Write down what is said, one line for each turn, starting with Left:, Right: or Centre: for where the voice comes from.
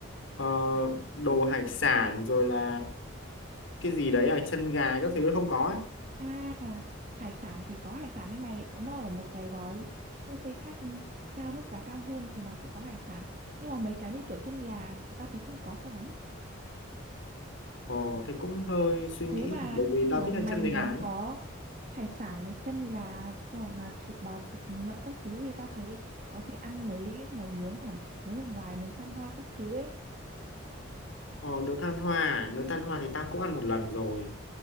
Left: ờ, đồ hải sản rồi là cái gì đấy à chân gà các thứ không có ấy
Right: à hải sản thì có hải sản đấy mày nó ở một cái gói buffet khác cao mức giá cao hơn thì nó sẽ có hải sản nhưng mà mấy cái như kiểu chân gà thì tao thấy không có cho lắm
Left: Ồ, thế cũng hơi suy nghĩ
Right: nếu mà
Left: bởi vì
Right: kiểu
Left: tao thích
Right: mày
Left: ăn chân gà
Right: muốn
Left: ấy
Right: có hải sản này chân gà hoặc là thịt bò thịt lợn các thứ thì tao thấy có thể ăn mấy nấu nướng ở nướng ở ngoài nướng than hoa các thứ ấy
Left: Ờ, nướng than hoa, nướng than hoa thì tao cũng ăn một lần rồi